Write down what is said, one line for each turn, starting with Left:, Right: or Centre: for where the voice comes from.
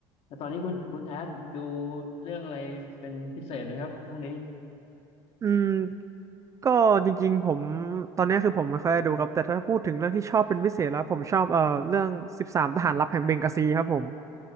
Left: แล้วตอนนี้คุณคุณแอดดูเรื่องอะไรเป็นพิเศษไหมครับช่วงนี้
Right: อืมก็จริงๆผมตอนนี้คือผมไม่ค่อยได้ดูครับแต่ถ้าพูดถึงเรื่องที่ชอบเป็นพิเศษแล้วผมชอบเอ่อเรื่องสิบสามทหารลับแห่งเบงกาซีครับผม